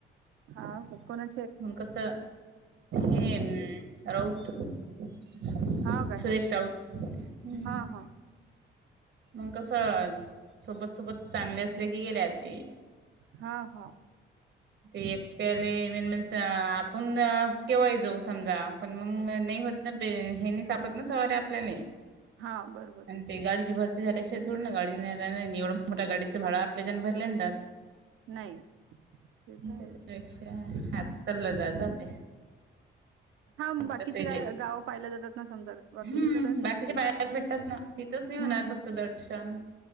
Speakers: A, on the right; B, on the right.
A: हा कोण?
B: मग कस हेम राऊत. सुरेश
A: हा काय हो
B: राऊत हम्म
A: हा हा
B: मग कस सोबत सोबत चांगले असले की गेले तेी
A: हा हा
B: ते एकट्याले म्ह आपण केव्हाय जाऊ समजा पण मग नाही होत. ने हेनी सापत ना सवारी आपल्याला
A: हा बरोबर
B: आणि
A: आहे
B: ते गाडीची भरती. झाल्याशि ोड ना गाडी नाही एवढं मोठा गाडीचं भाड आपल्या जन भरल्या जात.
A: नाही. तर
B: तेच्यापेक्षा
A: आहेच
B: आज कालं जा जा होते.
A: हा बाकीचे
B: कसहयले
A: गा गावं पाहिल्या जातात ना समजा बाकीच्या
B: हम्
A: इकडे दर्शन
B: बाकीच्या
A: होते
B: बाहेर भेटतात ना. तिथंच
A: हम्म
B: नाही होणार
A: हम्म
B: फक्त दर्शन